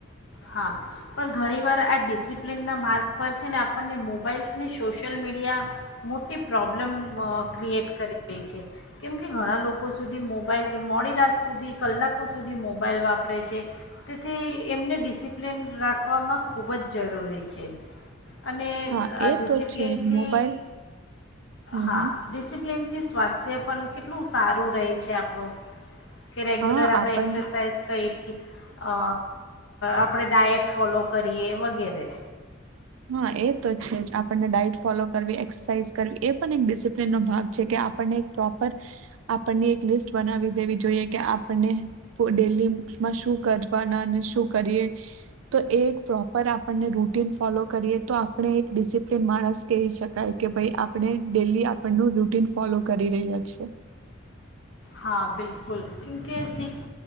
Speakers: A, on the left; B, on the right.
A: હા, પણ ઘણીવાર આ ડિસિપ્લિનના માર્ગ પર છે ને આપણને મોબાઈલ અને સોશિયલ, મીડિયા મોટી પ્રોબ્લમ ક્રિએટ કરી રહી છે, કેમ કે ઘણા લોકો સુધી મોબાઈલ મોડી રાત સુધી કલાકો સુધી મોબાઈલ વાપરે છે, તેથી એમને ડિસ ડિસિપ્લિન રાખવામાં ખૂબ જ જરૂરી છે. અને
B: હા એ
A: ડિસિપ્લનથી
B: તો છે જ મોબાઈલ હમ
A: હા ડિસિપ્લન થી સ્વાસ્થ્ય પણ કેટલું સારું રહે છે આપણું. કે રેગ્યુલર
B: હા
A: આપડે
B: આપણ
A: એક્સરસાઇઝ કરી અ આપ આપણે ડાયટ ફોલો કરીએ વગેરે.
B: હા એ તો છે જ આપણને ડઇટ ફોલો કરવી એક્સરસાાઈઝ કરવી એ પણ એક ડિસિપ્લીનનો ભાગ છે કે આપણને એક પ્રોપર, આપણને એક લિસ્ટ બનાવી દેવી જોઈએ કે આપને ડેલી શું કરવા શું કરી તો એ પ્રોપર આપણને રૂટીન ફોલો. કરીએ તો આપ. આપણે એક ડિસિપ્લન માણસ કહી શકાય કે ભાઈ આપણે ડેલી આપણનું રૂટીન ફોલો કરી રહ્યા છે.
A: હા બિલકુલ કેમકે સિક્સ